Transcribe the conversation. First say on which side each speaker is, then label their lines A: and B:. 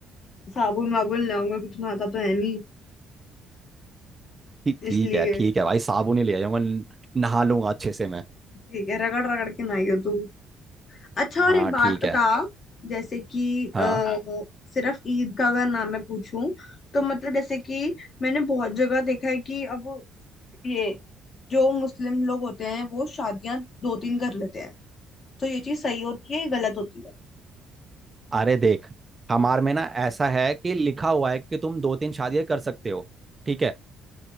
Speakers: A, on the left; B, on the right.
A: साबुन वाबुन ले आऊंगी कि तू नहाता तो है नहीं
B: ठीक ठीक
A: इसलिए
B: है ठीक है भाई साबुन ही ले जाऊंगा न- नहा लूंगा अच्छे से मैं
A: ठीक है रगड़ रगड़ के नहाइयो तू अच्छा
B: हाँ
A: और एक बात
B: ठीक
A: बता
B: है
A: जैसे कि
B: हाँ
A: आ, सिर्फ ईद का अगर नाम मैं पूछूं तो मतलब जैसे कि मैंने बहुत जगह देखा है कि अब ये जो मुस्लिम लोग होते हैं वो शादियां दो तीन कर लेते हैं तो ये चीज सही होती है ये गलत होती है
B: अरे देख हमार में ना ऐसा है कि लिखा हुआ है कि तुम दो तीन शादियां कर सकते हो ठीक है